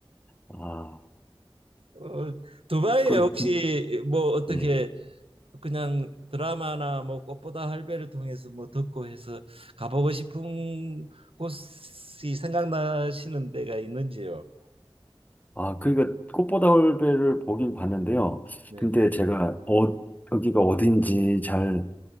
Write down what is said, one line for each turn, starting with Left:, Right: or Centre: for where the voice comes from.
Left: 아,
Right: 어, 두바이에
Left: 그럼,
Right: 혹시 뭐 어떻게
Left: 예.
Right: 그냥 드라마나 뭐 꽃보다 할배를 통해서 뭐 듣고 해서 가보고 싶은 곳이 생각나시는 데가 있는지요?
Left: 아, 그러니까 꽃보다 올배를 보긴 봤는데요.
Right: 네,
Left: 근데 제가 어, 여기가 어딘지 잘